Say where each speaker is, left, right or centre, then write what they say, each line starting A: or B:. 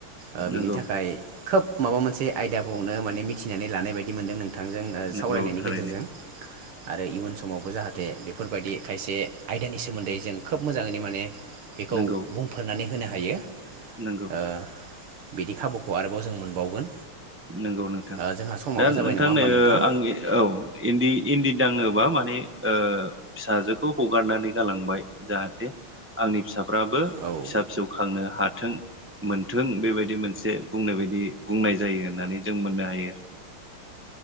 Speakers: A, on the right (about 85°); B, on the right (about 15°).
A: ओ बिनि
B: नंगौ
A: थाखाय खोब माबा मोनसे आयदाखौनो माने मिथिनानै लानाय बायदि मोनदों नों थांजों ओ
B: नंगौ
A: सावरायनायनि
B: थारैनो
A: गेजेरजों आरो इयुन समावबो जाहाथे बेफ फोरबायदि खायसे आयदानि सोमोन्दै जों खोब मोजाङैनो माने बेखौ
B: नंगौ
A: बुंफोरनानै होनो हायो।
B: नंगौ
A: ओ बिदि खाबुखौ आरोबाव जों मोनबावगोन।
B: नोंगौ नोंथां
A: ओ जोंहा समाबो
B: दा
A: जाबाय
B: नोंथां
A: नङा होमबा
B: नै
A: नोंथां
B: ओ आं औ इन्दि इन्दि दाङोबा मा नै ओ फिसाजोखौ हगारनानै गालांबाय जाहाथे आंनि फिसा फ्राबो
A: नोंथां बेबायदि मोनसे
B: फिसा फिसौ खांनो हाथों मोनथों बेबायदि मोनसे बुंनाय बायदि बुंनाय जायो होननानै जों मोननो हायो